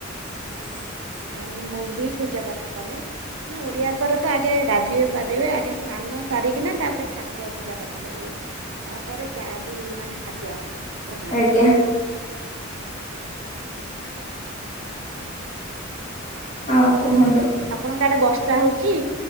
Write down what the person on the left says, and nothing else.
<unintelligible>
ଆଜ୍ଞା
ଆଉ କୁହନ୍ତୁ?